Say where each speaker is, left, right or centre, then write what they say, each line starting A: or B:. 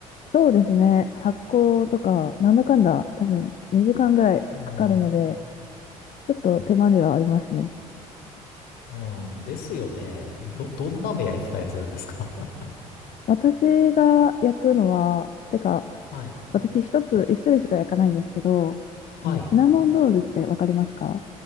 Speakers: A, on the left; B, on the left.
A: そうですね。発酵とか、なんだかんだ多分2時間ぐらいかかるので、
B: <laughs> うん。
A: ちょっと手間ではありますね。
B: うん、ですよね。ど、んどんなの焼いてたりするんですか <laughs>
A: 私が焼くのは、てか、
B: はい。
A: 私一つ、一種類しか焼かないんですけど、
B: はい。
A: あの、シナモンロールってわかりますか